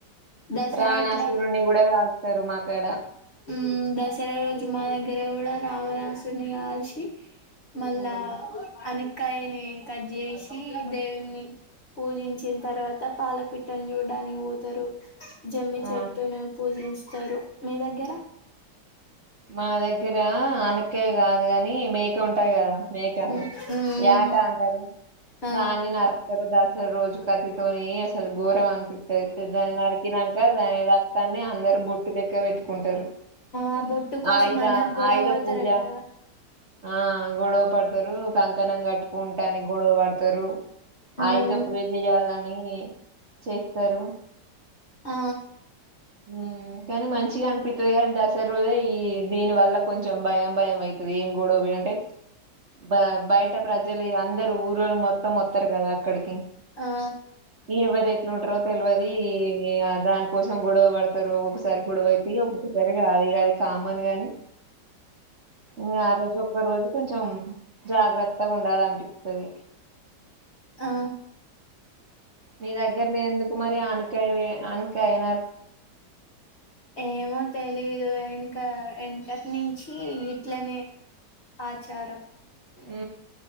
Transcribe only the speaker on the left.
దసరా
ఎట్ల
ఉమ్ దసరా రోజు మద దగ్గర గుడ రావణసుని గాల్సి మళ్ళ
అన్నీ కాయని కట్ చేసి దేవుని పూజించిన తర్వాత పాలపిట్టని చూడ చడానికి పోతారు జమ్మి
చెట్టును పూజించ తరు మీ దగ్గర
మ్మ్
ఆ
ఆ బొట్టు కోసం
అందరు గొడవ
పడతారంటగా
మ్మ్
ఆ
ఆ
ఆ
ఏ మ తెలి విదు వెనుక వెకటి నుంచి ఇట్లనే ఆచారం